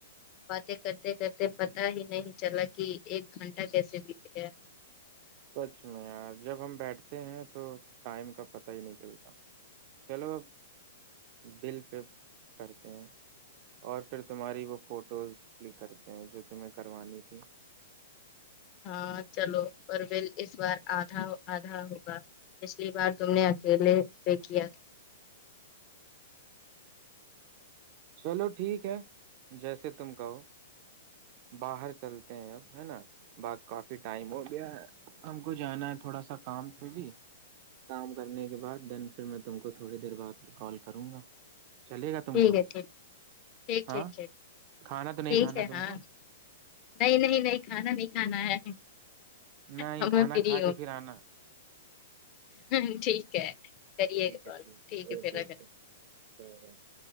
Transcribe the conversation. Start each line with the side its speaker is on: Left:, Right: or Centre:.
Left: باتیں کرتے کرتے پتا ہی نہیں چلا کہ ایک گھنٹہ کیسے بیت گیا
Right: سچ میں یار جب ہم بیٹھتے ہیں تو ٹائم کا پتہ ہی نہیں چلتا چلو اب بل پہ کرتے ہیں اور پھر تمہاری وہ فوٹوز کلک کرتے ہیں جو تمہیں کروانی تھی
Left: ہاں چلو اور ول اس بار آدھا آدھا ہوگا پچھلی بار تم نے اکیلے پہ کیا
Right: چلو ٹھیک ہے جیسے تم کہو باہر چلتے ہیں اب ہے نا باق کافی ٹائم ہو گیا ہے ہم کو جانا ہے تھوڑا سا کام پہ بھی کام کرنے کے بعد دین پھر میں تم کو تھوڑی دیر بعد پھر کال کروں گا چلے گا تم
Left: ٹھیک
Right: کو
Left: ہے ٹھیک ٹھیک
Right: ہاں
Left: ٹھیک ٹھیک
Right: کھانا تو نہیں
Left: ٹھیک
Right: کھانا
Left: ہے
Right: تم
Left: ہاں
Right: کو
Left: نہیں نہیں نہیں کھانا نہیں کھانا ہے
Right: نہیں
Left: ہم
Right: کھانا
Left: فری
Right: کھا کے پھر آنا
Left: ہ ٹھیک ہے کریے
Right: ٹھیک
Left: گا کال
Right: ہے
Left: ٹھیک
Right: اوکے
Left: ہے پھر
Right: اوکے
Left: ا کر
Right: <unintelligible>